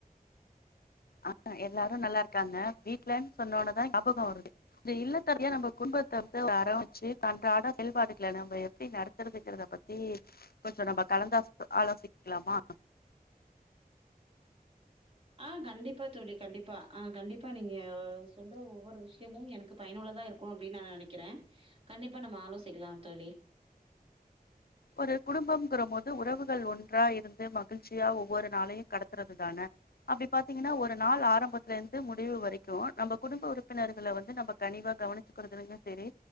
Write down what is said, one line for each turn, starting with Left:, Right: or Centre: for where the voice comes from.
Left: ஆ எல்லாரும் நல்லா இரு இர்க்காங்க வீட்ட்லன் சொன்னோனதா ஞாபக வருது இந்த இல்லத்தரசியா நம்ப கும்பத்த வந்து அரவ்ச்சி அன்றாட செல்பாடுகள நம்ம எப்டி நத்துறதுங்கறத பத்தி கொஞ்சொ நம்ப கலந்தாஸ் ஆலோசிக்லாமா
Right: ஆ கண்டிப்பா தோழி கண்டிப்பா ஆ கண்டிப்பா நீங்க சொல்ற ஒவ்வொரு விஷ்யமு எனக்கு பயனுள்ளதா இருக்கு அப்டி நா நெனைக்கிற கண்டிப்பா நம்ம ஆலோசிக்கிலா தோழி
Left: ஒரு குடும்பம்ங்கிற மோது உறவுகள் ஒன்றா இருந்து மகிழ்ச்சியா ஒவ்வொரு நாளையு கடத்துறது தான அப்டி பாத்தீங்கனா ஒரு நாள் ஆரம்பத்துலேந்து முடிவு வரக்கு நம்ப குடும்ப உறுப்பினர்கள வந்து நம்ப கனிவா கவனிச்சுக்குறதுலேந்து செரி